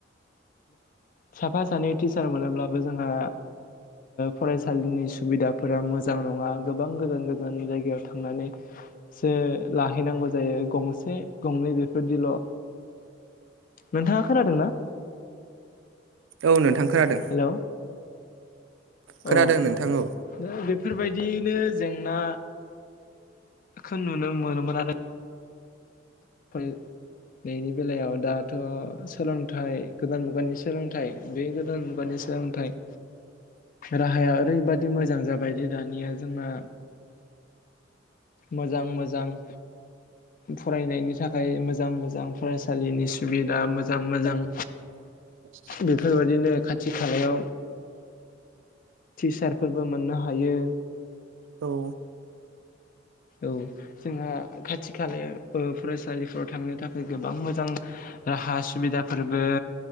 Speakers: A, on the left; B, on the right.
A: साफा सानै टिचार मोनोब्लाबो जोंहा फरायसालिनि सुबिदाफोरा मोजां नङा गोबां गोजान गोजान जायगायाव थांनानै। सो लाहैनांगौ जायो गंसे गंनै बेफोरदिल' नोंथाङा खोनादों ना?
B: औ नोंथां खोनादों।
A: हेलौ।
B: खोनादों
A: औ।
B: नोंथां औ
A: नों बेफोरबायदिनो जेंनाखो नुनो मोनोमोन आरो। ओमफ्राय फरायनायनि बेलायाव दाथ' सोलोंथाइ गोदान मुगानि सोलोंथाइ बे गोदान मुगानि सोलोंथाइ।
B: <inaudible>
A: राहाया ओरैबादि मोजां जाबाय दे ओ दानिया जोंना मोजां मोजां। फरायनायनि थाखाय मोजां मोजां फरायसालिनि सुबिदा मोजां मोजां।
B: <inaudible>
A: बेफोरबादिनो खाथि खालायाव टिचारफोरबो मोननो हायो।
B: औ
A: औ जोंहा खाथि खालायाव फरायसालिफ्राव थांनो थाखाय गोबां मोजां। ओ राहा सुबिदाफोरबो